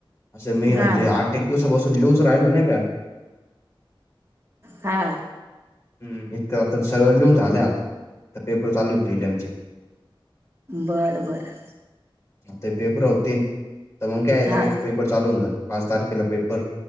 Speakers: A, on the left; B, on the right.
A: असं मी म्हणजे
B: हा
A: आठ एक दिवस बसून लिूज राहिलो नाही का?
B: हा
A: हम्म इतकं आता सरळ लिहून झालंय आता पेपर चालू आहे प्रि आमचे
B: बड बरं
A: ते पेपर होतील तर मग काय लगेच
B: हा.
A: पपर र चालवून जाते पाच तारखेला पेपर